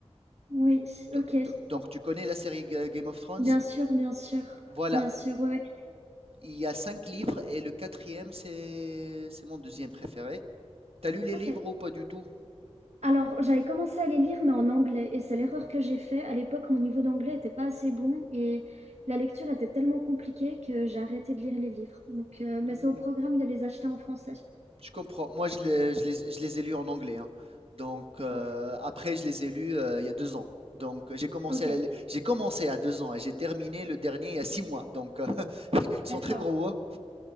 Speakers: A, on the right; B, on the right.
A: Oui,
B: Do-
A: ok.
B: do- Donc tu connais la série Ga- Game of Thrones?
A: Bien sûr, bien sûr,
B: Voilà,
A: bien sûr, ouais, ouais.
B: Il y a cinq livres et le quatrième, c'est c'est mon deuxième préféré. T'as lu les
A: OK.
B: livres ou pas du tout?
A: Alors, j'avais commencé à les lire, mais en anglais, et c'est l'erreur que j'ai fait. À l'époque, mon niveau d'anglais était pas assez bon, et la lecture était tellement compliquée que j'ai arrêté de lire les livres. Donc, euh,
B: Hmm,
A: mais c'est au programme de les acheter en français.
B: Je comprends. Moi, je les, je les- je les ai lus en anglais. hein. Donc, euh,
A: Ouf.
B: après, je les ai lus euh, il y a deux ans. Donc, euh, j'ai commencé
A: OK,
B: à la li- j'ai commencé à deux ans et j'ai terminé le dernier il y a six mois. Donc, euh, <laughs> ils sont
A: d'accord.
B: très gros, hein,